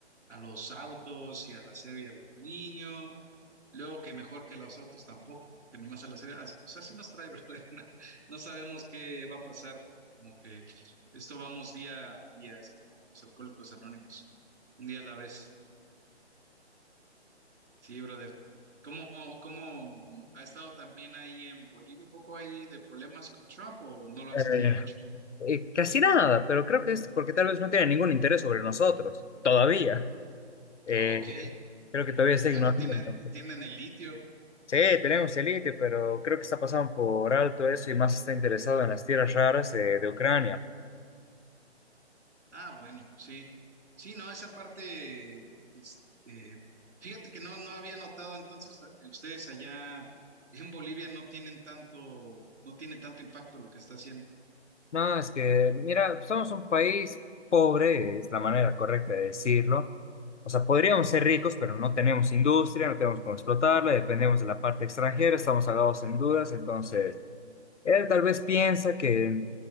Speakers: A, on the right (about 75°); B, on the left (about 80°).
A: a los autos y al acero y al aluminio. Luego que mejor que los autos tampoco, que nomás al acero. O sea, sí nos trae, <laughs> ¿verdad? No, no sabemos qué va a pasar. Como que esto vamos día a día, es como los alcohólicos anónimos, un día a la vez. Sí, brother. ¿Cómo, cómo mm, ha estado también ahí en Bolivia un poco ahí de problemas con Trump o no lo han
B: eh,
A: sentido mucho?
B: eh, casi nada, pero creo que es porque tal vez no tiene ningún interés sobre nosotros, todavía. Eh,
A: Ok,
B: creo que todavía está
A: bueno,
B: ignorando.
A: tiene, tienen el litio.
B: Sí, tenemos el litio, pero creo que está pasando por alto eso y más está interesado en las tierras raras eh, de Ucrania.
A: Ah, bueno, sí. Sí, no, esa parte, este, fíjate que no, no había notado, entonces eh, ustedes allá en Bolivia no tienen tanto, no tiene tanto impacto lo que está haciendo.
B: No, es que, mira, somos un país pobre, es la manera correcta de decirlo. O sea, podríamos ser ricos, pero no tenemos industria, no tenemos cómo explotarla, dependemos de la parte extranjera, estamos agados en dudas. Entonces, él tal vez piensa que